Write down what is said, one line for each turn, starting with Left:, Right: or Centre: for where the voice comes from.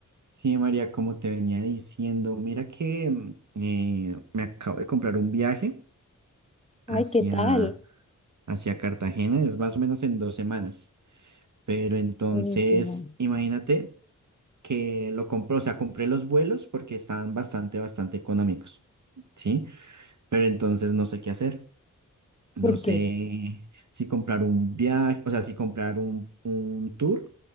Right: Sí, María, como te venía diciendo, mira que mm, eh, me acabo de comprar un viaje hacia,
Left: Ay, ¿qué tal?
Right: hacia Cartagena, es más o menos en dos semanas, pero entonces
Left: Buenísimo.
Right: imagínate que lo compré, o sea, compré los vuelos porque estaban bastante, bastante económicos, ¿sí? Pero entonces no sé qué hacer. No
Left: ¿Por
Right: sé
Left: qué?
Right: si comprar un viaje, o sea, si comprar un, un tour